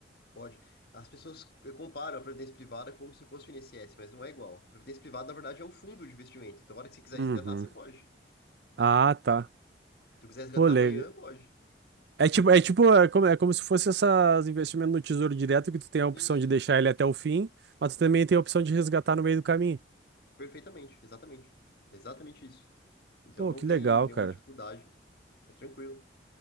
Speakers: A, on the left (about 55°); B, on the right (about 60°).
A: pode. As pessoas eh, comparam a previdência privada como se fosse o INSS, mas não é igual. A Previdência privada, na verdade, é um fundo de investimento. Então, a hora que você quiser
B: Uhum.
A: resgatar, você pode. Se
B: Ah, tá.
A: eu quiser resgatar
B: Pô, le-
A: amanhã, pode.
B: É tipo, é tipo, é como, é como se fosse esses investimentos no Tesouro Direto que tu tem a opção
A: Isso.
B: de deixar ele até o fim, mas tu também tem a opção de resgatar no meio do caminho.
A: Perfeitamente, exatamente. Exatamente isso. Então
B: Pô,
A: não
B: que
A: tem
B: legal,
A: nenhuma
B: cara.
A: dificuldade, é tranquilo.